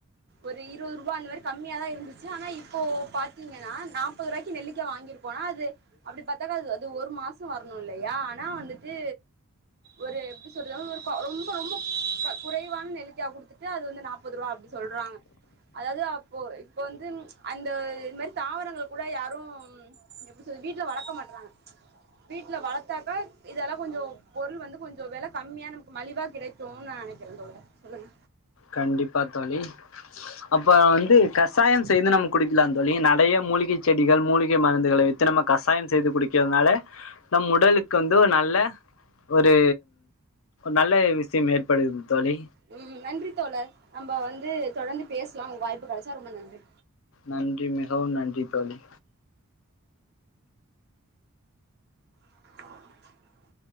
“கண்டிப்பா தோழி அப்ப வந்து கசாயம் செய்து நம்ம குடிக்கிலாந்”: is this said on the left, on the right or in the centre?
Left